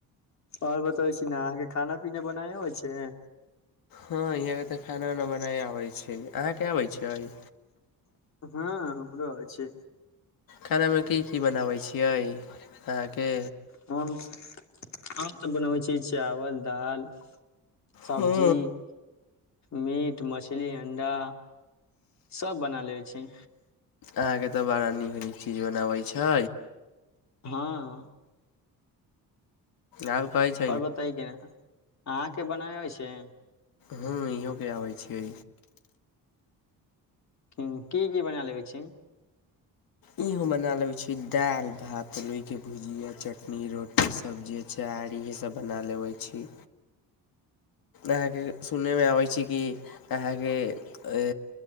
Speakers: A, on the left; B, on the left.
A: आओर बतबै छी ने अहाँके खाना पीना बनाय होइ छै
B: हँ इहाँ के तऽ खाना उना बनाय आबै छै अहाँ के आबै छीयै
A: हँ हमरो होइ छै
B: खानामे की की बनाबै छियै अहाँके
A: हम हम तऽ बनबै छियै चावल दाल सब्जी
B: हँ
A: मीट मछली अंडा सब बना लेबै छी
B: अहाँकेँ तऽ बड़ा नीक नीक चीज बनाबै छै
A: हँ
B: आ हम कहै छी
A: आओर बतै कि ने अहाँकेँ बनाय अबै छै
B: हँ इहो केँ आबै छै
A: <unintelligible> की की बना लेबै छी
B: इ हम बना लेबै छीे दाल भात लोइ केँ भुजिया चटनी रोटी सब्ज़ी चार इहेसब बना लेबै छी अहाँकेँ सुनैमे आबै छै कि अहाँकेँ ए